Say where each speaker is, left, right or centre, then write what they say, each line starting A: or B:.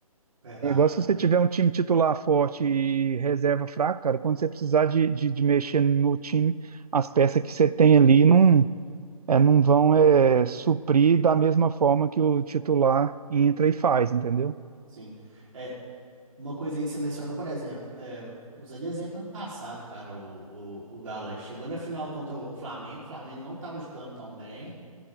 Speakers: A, on the right; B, on the right.
A: Verdade.
B: É igual se você tiver um time titular forte e reserva fraca, cara, quando você precisar de, de, de mexer no time, as peças que você tem ali não, é, não vão é, suprir da mesma forma que o titular entra e faz, entendeu?
A: Sim. É, uma coisa aí que você mencionou, por exemplo, é, usa de exemplo ano passado, cara, o, o, o Galo aí chegou na final contra o Flamengo, o Flamengo não estava jogando tão bem.